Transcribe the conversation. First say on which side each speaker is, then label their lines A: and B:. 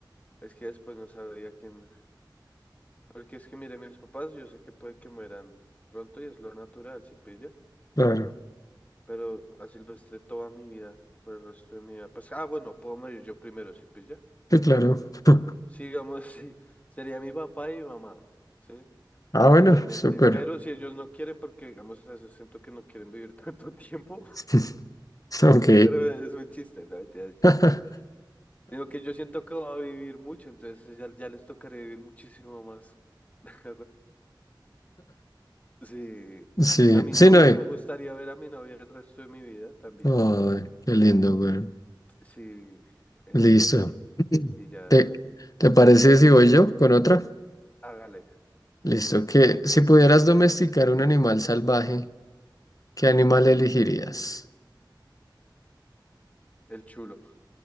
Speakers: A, on the left; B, on the left.
A: es que después no sabría quién. Porque es que, mire, mis papás, yo sé que puede que mueran pronto y es lo natural, si pilla.
B: Claro.
A: Pero a Silvestre toda mi vida, por el resto de mi vida. Pues, ah, bueno, puedo morir yo primero, si pilla.
B: Sí, claro. <laughs>
A: Sigamos, <laughs> sí. Sería mi papá y mi mamá. ¿sí?
B: Ah, bueno,
A: Obviamente,
B: súper.
A: pero si ellos no quieren, porque digamos, a veces siento que no quieren vivir tanto <laughs> tiempo,
B: <laughs> Ok.
A: pero es un chiste, no, mentira, es un chiste.
B: <laughs>
A: Sino que yo siento que va a vivir mucho, entonces ya, ya les tocaré vivir muchísimo más. <laughs> Sí,
B: Sí,
A: a mi
B: sí,
A: novia,
B: no hay.
A: me gustaría ver a mi novia el resto de mi vida también.
B: Ay, qué lindo, güey.
A: Sí, eh,
B: Listo.
A: y ya,
B: ¿Te,
A: bueno,
B: te parece si voy yo con otra?
A: hágale,
B: Listo. Que si pudieras domesticar un animal salvaje, ¿qué animal elegirías?
A: el chulo,